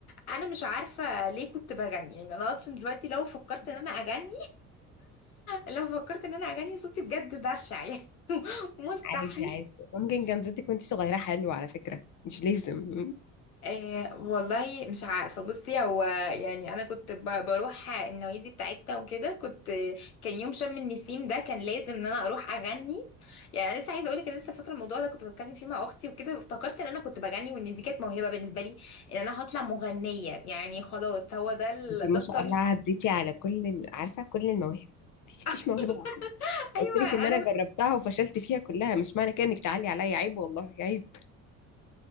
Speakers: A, on the left (about 75°); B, on the left (about 45°).
A: انا مش عارفه ليه كنت بغني يعني انا اصلا دلوقتي لو فكرت ان انا اغني لو فكرت ان انا اغني صوتي بجد بشع يعني <laughs> مستحيل
B: عادي عادي ممكن كان صوتك وانت صغيرة حلو على فكرة مش لازم
A: آه والله مش عارفه بصي هو يعني انا كنت ب- بروح النوادي بتاعتنا وكده كنت كان يوم شم النسيم ده كان لازم ان انا اروح اغني يعني أنا لسه عايزه اقول لك انا لسه فاكره الموضوع ده كنت بتكلم فيه مع اختي وكده افتكرت ان انا كنت بغني وان دي كانت موهبه بالنسبه لي ان انا هطلع مغنيه يعني خلاص هو ده ال...
B: انت ما
A: ده الطريق
B: شاء الله عديتي على كل ال... عارفة كل المواهب ما سبتيش
A: <laughs>
B: موهبة واحدة
A: ايوه
B: قلت لك ان
A: انا
B: انا جربتها وفشلت فيها كلها مش معنى كده انك تعلي عليا عيب والله عيب